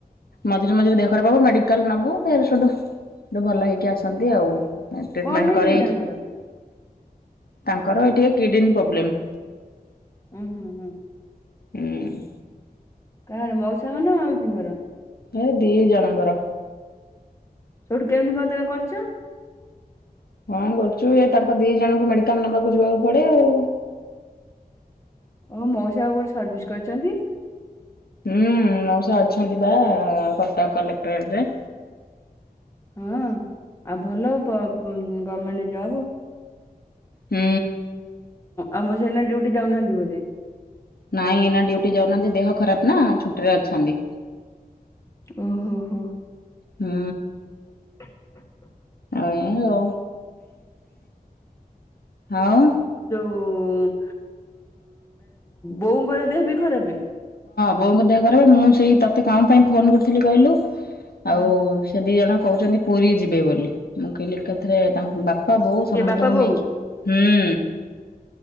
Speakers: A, on the left; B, on the left.
A: ମଝିରେ ମଝିରେ ଦେହ ଖରାପବ ମେଡିକାଲ ନବୁ ଫେର୍ ସେଠୁୁ ଭଲ ହେଇକି ଆସନ୍ତି ଆଉ। ଟ୍ରିଟମେଣ୍ଟ
B: କଣ ହେଇଛି
A: କରରେଇକି?
B: କି ତାଙ୍କର?
A: ତାଙ୍କର ଏ ଟିକେ କିଡନୀ ପୋବ୍ଲେମ୍।
B: ଉଁ ହୁଁ ହୁଁ।
A: ହୁଁ।
B: କାହାର ମଉସାଙ୍କର ନା ମାଉସୀଙ୍କର?
A: ଫେ ଦି ଜଣଙ୍କର।
B: ସେଠୁ କେମିତି କଣ ତମେ କରୁଛ?
A: କଣ କରୁଛୁ ଏ ତାଙ୍କ ଦି ଜଣଙ୍କୁ ମେଡିକାଲ ନବାକୁ ଯିବାକୁ ପଡେ ଆଉ।
B: ଓ ମୋଉସା ବା କୋଉଠି ସର୍ଭିସ୍ କରିଛନ୍ତି।
A: ହୁଁ ମୋଉସା ଅଛନ୍ତି ବା କଟକ କଲେକ୍ଟଟରେ।
B: ହଁ ଆଉ ଭଲ ପ ଗମେଣ୍ଟ ଜବ।
A: ହୁଁ।
B: ଆମ ମୋଉସା ଏଇନା ଡିଉଟି ଯାଉନାହାନ୍ତି ବୋଲି।
A: ନାଇଁ ଏଇନା ଡିଉଟି ଯାଉନାହାନ୍ତି ଦେହ ଖରାପ ନା ଛୁଟିରେ ଅଛନ୍ତି।
B: ଓ ହୋ ହୋ।
A: ହୁଁ।
B: ହ ହ
A: ଆଏଁଓ ଆଉ?
B: ବୋଉଁ ବୋଉଙ୍କର ଦେହ ବି ଖରାପେ?
A: ବୋଉଙ୍କୁ ଦେହ କରେ ମୁଁ ସେଇ ତତେ କଣ ପାଇଁ ଫୋନ କରିଥିଲି କହିଲୁ
B: କଣ
A: ଆଉ ସେ ଦି ଜଣ କହୁଛନ୍ତି ପୁରୀ ଯିବେ ବୋଲି ମୁଁ କହିଲି ଏକାଥରେ ତାଙ୍କ ବା ପା ବୋଉ
B: କିଏ
A: ସମସ୍ତଙ୍କୁ
B: ବାପା ବୋଉ?
A: ନେଇକି ହୁଁ।